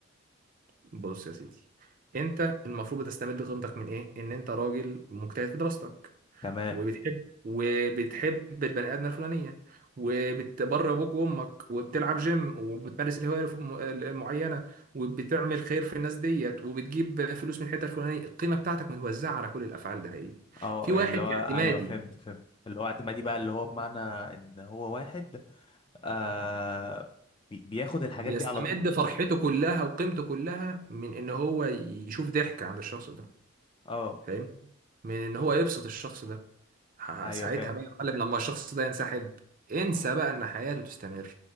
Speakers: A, on the right; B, on the left.
A: بص يا سيدي انت المفروض بتستمد قيمتك من ايه ان انت راجل مجتهد في دراستك
B: تمام
A: وبتحب وبتحب البني ادمه الفلانيه وبتبر ابوك وامك وبتلعب جيم وبتمارس الهوايه الف- المعينه وبتعمل خير في الناس ديت وبتجيب فلوس من الحته الفلانيه القيمه بتاعتك متوزعه على كل الافعال ده ايه
B: اه
A: في واحد
B: يعني اللي هو
A: اعتمادي
B: ايوه فهمت فهمت اللي هو اعتمادي بقى اللي هو بمعنى ان هو واحد آه بي- بياخد الحاجات
A: بيستمد
B: دي على طول
A: فرحته كلها وقيمته كلها من ان هو يشوف ضحك عند الشخص ده
B: اه
A: فاهم من ان هو يبسط الشخص ده ه-
B: ايوه
A: ساعتها
B: فاهم
A: بقى يا معلم لما الشخص ده ينسحب انسى بقى ان حياته تستمر